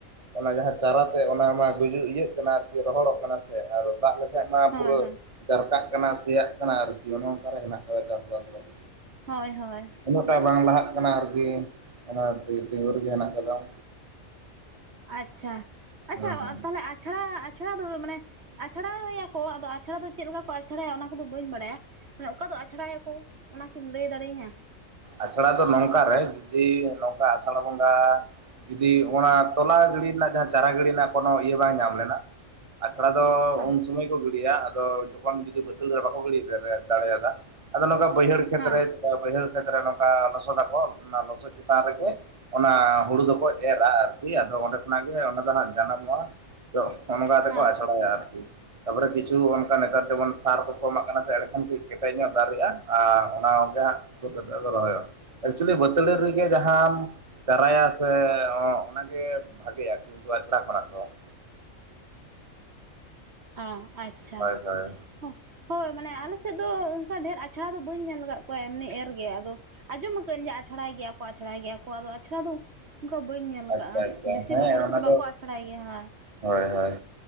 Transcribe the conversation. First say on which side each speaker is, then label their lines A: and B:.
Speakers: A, on the right (about 25°); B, on the right (about 55°).
A: ᱚᱱᱟ ᱡᱟᱦᱟᱸ ᱪᱟᱨᱟᱛᱮᱜ ᱚᱱᱟ ᱢᱟ ᱜᱩᱡᱩᱜ ᱤᱭᱟᱹᱜ ᱠᱟᱱᱟ ᱾ ᱨᱚᱦᱚᱲᱚᱜ ᱠᱟᱱᱟ ᱥᱮ, ᱟᱨ ᱫᱟᱜ ᱞᱮᱠᱟᱡ ᱢᱟ
B: ᱦᱳᱭ
A: ᱯᱩᱨᱟᱹᱼᱼ
B: ᱦᱳᱭ
A: ᱡᱟᱨᱠᱟᱜ ᱠᱟᱱᱟ ᱥᱮᱭᱟᱜ ᱠᱟᱱᱟ ᱟᱨ ᱡᱚ ᱚᱱᱠᱟᱨᱮ ᱦᱮᱱᱟᱜ ᱛᱟᱞᱮ ᱪᱟᱥᱵᱟᱥ ᱫᱚ ᱾
B: ᱦᱚᱭ ᱦᱚᱭ
A: ᱩᱱᱟᱹᱜᱴᱟᱜ ᱵᱟᱝ ᱞᱟᱦᱟᱜ ᱠᱟᱱᱟ ᱟᱨᱠᱤ, ᱚᱱᱟ ᱛᱮ ᱛᱤᱸᱜᱩ ᱨᱮᱜᱮ ᱦᱮᱱᱟᱜ ᱠᱟᱫᱟ ᱾
B: ᱟᱪᱪᱷᱟ ᱟᱪᱪᱷᱟ
A: ᱦᱩᱸ
B: ᱛᱟᱦᱞᱮ ᱟᱪᱷᱲᱟ ᱟᱪᱲᱟ ᱫᱚ ᱢᱟᱱᱮ ᱟᱪᱷᱲᱟᱭᱟᱠᱚ ᱟᱫᱚ ᱟᱪᱷᱲᱟ ᱫᱚ ᱪᱮᱫ ᱞᱮᱠᱟ ᱠᱚ ᱟᱪᱷᱲᱟᱭᱟ ᱚᱱᱟ ᱠᱚᱫᱚ ᱵᱟᱹᱧ ᱵᱟᱲᱟᱭᱟ ᱾ ᱢᱟᱱᱮ ᱚᱠᱟ ᱫᱚ ᱟᱪᱷᱲᱟᱭᱟᱠᱚ ᱚᱱᱟᱠᱤᱢ ᱞᱟᱹᱭ ᱫᱟᱲᱮᱭᱟᱹᱧᱟᱹ?
A: ᱟᱪᱲᱟ ᱫᱚ ᱱᱚᱝᱠᱟᱨᱮ ᱡᱩᱫᱤ ᱱᱚᱝᱠᱟ ᱟᱥᱟᱲ ᱵᱚᱸᱜᱟ ᱡᱩᱫᱤ ᱚᱱᱟ ᱛᱚᱞᱟ ᱜᱟᱹᱲᱤ ᱨᱮᱱᱟᱜ ᱡᱟᱦᱟᱸ ᱪᱟᱨᱟ ᱜᱟᱹᱲᱤ ᱨᱮᱱᱟᱜ ᱠᱳᱱᱚ ᱤᱭᱟᱹ ᱵᱟᱝ ᱧᱟᱢ ᱞᱮᱱᱟ, ᱟᱪᱷᱟᱲᱟ ᱫᱚ
B: ᱦᱮᱸ
A: ᱩᱱᱼᱼ ᱥᱚᱢᱚᱭ ᱠᱚ ᱜᱤᱰᱤᱭᱟ ᱾ ᱟᱫᱚ ᱡᱚᱠᱷᱚᱱ ᱡᱩᱫᱤ ᱵᱟᱹᱛᱟᱹᱲᱤ ᱨᱮ ᱵᱟᱠᱚ ᱜᱤᱰᱤ ᱫᱟᱲᱮᱭᱟᱫᱟ ᱟᱫᱚ ᱱᱚᱝᱠᱟ ᱵᱟᱹᱭᱦᱟᱹᱲᱼᱼ ᱠᱷᱮᱛᱨᱮ
B: ᱦᱮᱸ
A: ᱨᱮ ᱪᱮ ᱵᱟᱹᱭᱦᱟᱹᱲ ᱠᱷᱮᱛ ᱨᱮ ᱱᱚᱝᱠᱟ ᱞᱚᱥᱚᱫᱟᱠᱚ ᱚᱱᱟ ᱞᱚᱥᱚᱫ ᱪᱮᱛᱟᱱ ᱨᱮᱜᱮ ᱚᱱᱟ ᱦᱩᱲᱩ ᱫᱚᱠᱚ ᱮᱨᱟ ᱟᱨᱠᱤ ᱾ ᱦᱳᱭ ᱟᱫᱚ ᱚᱸᱰᱮ ᱠᱷᱚᱱᱟᱜ ᱜᱮ ᱚᱸᱰᱮ ᱫᱚ ᱦᱟᱸᱜ ᱡᱟᱱᱟᱢᱚᱜᱼᱟ, ᱛᱚ ᱚᱱᱠᱟ
B: ᱦᱮᱸ
A: ᱛᱮᱠᱚ ᱟᱪᱷᱲᱟᱭᱟ ᱟᱨᱠᱤ ᱾ ᱛᱟᱨᱯᱚᱨᱮ ᱠᱤᱪᱷᱩ ᱚᱱᱠᱟ ᱱᱮᱛᱟᱨ ᱡᱮᱢᱚᱱ ᱥᱟᱨ ᱠᱚᱠᱚ ᱮᱢᱟᱜ ᱠᱟᱱᱟ ᱥᱮ ᱮᱸᱰᱮᱠᱷᱚᱱ ᱠᱟᱹᱡ ᱠᱮᱴᱮᱡ ᱧᱚᱜ ᱫᱟᱨᱮᱜᱼᱟ ᱟᱨ ᱚᱱᱟ ᱠᱚᱜᱮᱦᱟᱸᱜᱼᱼ ᱛᱩᱫ ᱠᱟᱛᱮ ᱠᱚ ᱨᱚᱦᱚᱭᱼᱟ ᱾ ᱮᱠᱪᱩᱞᱤ ᱵᱟᱹᱛᱟᱹᱲᱤ ᱨᱮᱜᱮ ᱡᱟᱦᱟᱸᱢᱼᱼ ᱪᱟᱨᱟᱭᱟ ᱥᱮ ᱚᱱᱟᱜᱮ ᱵᱷᱟᱜᱤᱜᱼᱟ ᱠᱤᱱᱛᱩ ᱟᱪᱷᱟᱲᱟ ᱠᱷᱚᱱᱟᱜ ᱫᱚ ᱾
B: ᱚ ᱟᱪᱪᱷᱟ
A: ᱦᱳᱭ ᱦᱳᱭ
B: ᱾ ᱦᱚᱸ ᱦᱳᱭ ᱢᱟᱱᱮ ᱟᱞᱮ ᱥᱮᱫ ᱫᱚ ᱚᱱᱠᱟ ᱰᱷᱮᱨ ᱟᱪᱷᱟᱲᱟ ᱫᱚ ᱵᱟᱹᱧ ᱧᱮᱞ ᱟᱠᱟᱫ ᱠᱚᱣᱟ ᱮᱢᱱᱤ ᱮᱨ ᱜᱮ, ᱟᱫᱚᱼᱼ ᱟᱸᱡᱚᱢ ᱟᱹᱠᱟᱹᱧ ᱟᱪᱷᱲᱟᱭ ᱜᱮᱭᱟ ᱠᱚ ᱟᱪᱷᱲᱟᱭ ᱜᱮᱭᱟ ᱠᱚ ᱟᱫᱚ ᱟᱪᱲᱟ ᱫᱚᱼᱼ ᱚᱱᱠᱟ ᱵᱟᱹᱧ ᱧᱮᱞ ᱟᱠᱟᱼᱟ
A: ᱟᱪᱪᱷᱟ ᱟᱪᱪᱷᱟ
B: ᱵᱮᱥᱤ
A: ᱦᱮᱸ
B: ᱟᱞᱮ ᱥᱮᱫ
A: ᱚᱱᱟ
B: ᱫᱚ ᱵᱟᱠᱚ ᱟᱪᱷᱲᱟᱭ ᱜᱮᱭᱟ ᱦᱮᱸ᱾
A: ᱦᱳᱭ ᱦᱳᱭ